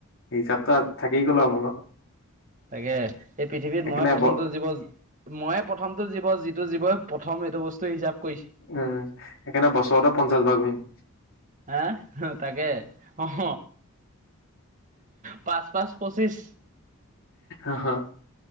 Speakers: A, on the left; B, on the right.
A: হিচাপতো আ থাকি গ'ল আৰু মনত।
B: তাকে এই পৃথিৱীত
A: সেইকাৰণে
B: মই প্ৰথমটো
A: ব
B: জীৱ মইয়ে প্ৰথমটো জীৱ যিটো জীৱই প্ৰথম এইটো বস্তু হিচাপ কৰিছে।
A: উম সেইকাৰণে বছৰতো পঞ্চাশ বাৰ ঘূৰিম
B: আ তাকে অঁহ পাঁচ পাঁচ পঁচিছ।
A: অ হ